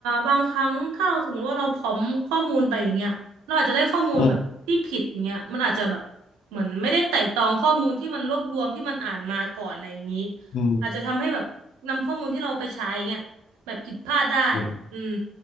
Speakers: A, on the right; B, on the left.
A: บางครั้งถ้าเราสมมติว่าเราพร้อมข้อมูลไปอย่างเงี้ยเราอาจจะได้ข้อมูลแบบที่ผิดอย่างเงี้ยมันอาจจะแบบเหมือนไม่ได้ไต่ตรองข้อมูลที่มันรวบรวมที่มันอ่านมาก่อนอะไรอย่างนี้
B: อืมอืม
A: อาจจะทำให้แบบนำข้อมูลที่เราไปใช้เงี้ยแบบผิดพลาดได้
B: อืม
A: อืม